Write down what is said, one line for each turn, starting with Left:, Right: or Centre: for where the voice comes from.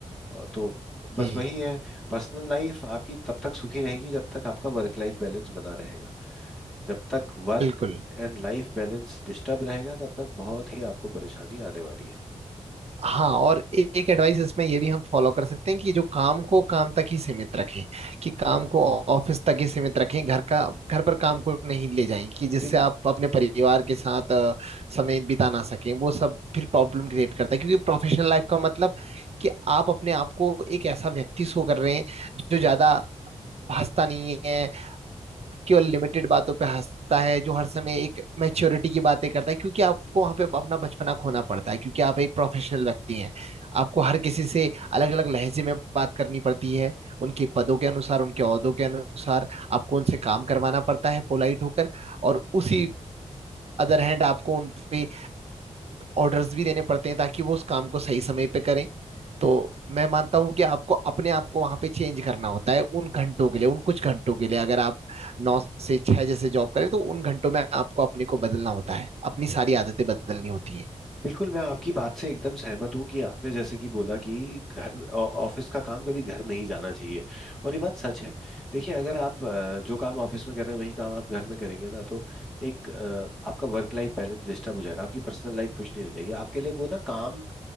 Centre: और तो बस
Right: जी
Centre: वही है पर्सनल लाइफ आपकी तब तक सुखी रहेगी जब तक आपका वर्क लाइफ बैलेंस बना रहेगा जब तक work
Right: बिल्कुल
Centre: and life balance disturb रहेगा तब तक बहुत ही आपको परेशानी आने वाली है
Right: हाँ और ए- एक एडवाइस इसमें ये भी हम फॉलो कर सकते हैं कि जो काम को काम तक ही सीमित रखें कि काम को ऑफिस तक ही सीमित रखें घर का घर पर काम को नहीं ले जाएं कि जिससे
Centre: बिल
Right: आप अपने परिवार के साथ अ, समय बिता ना सकें वो सब फिर प्रॉब्लम क्रिएट करता है क्योंकि प्रोफेशनल लाइफ का मतलब कि आप अपने आप को एक ऐसा व्यक्ति शो कर रहे हैं जो ज्यादा भाषता नहीं है केवल लिमिटेड बातों पे हंसता है जो हर समय एक मैच्योरिटी की बातें करता है क्योंकि आपको वहां पे अपना बचपना खोना पड़ता है क्योंकि आप एक प्रोफेशनल व्यक्ति हैं आपको हर किसी से अलग अलग लहजे में बात करनी पड़ती है उनके पदों के अनुसार उनके ओहदों के अनुसार आपको उनसे काम करवाना पड़ता है पोलाइट होकर और उसी अदर हैंड आपको उन पे ऑर्डर्स भी देने पड़ते हैं ताकि वो उस काम को सही समय पे करें तो मैं मानता हूं कि आपको अपने आप को वहां पे चेंज करना होता है उन घंटों के लिए उन कुछ घंटों के लिए अगर आप नौ से छह जैसे जॉब करें तो उन घंटों में आपको अपने को बदलना होता है अपनी सारी आदतें बदलनी होती है
Centre: बिल्कुल मैं आपकी बात से एकदम सहमत हूँ कि आपने जैसे कि बोला कि घर ऑ- ऑफिस का काम कभी घर नहीं जाना चाहिए और ये बात सच है देखिए अगर आप अ, जो काम ऑफिस में कर रहे हैं वही काम आप घर में करेंगे ना तो एक अ, आपका वर्क लाइफ बैलेंस डिस्टर्ब हो जाएगा आपकी पर्सनल लाइफ खुश नहीं रहेगी आपके लिए वो ना काम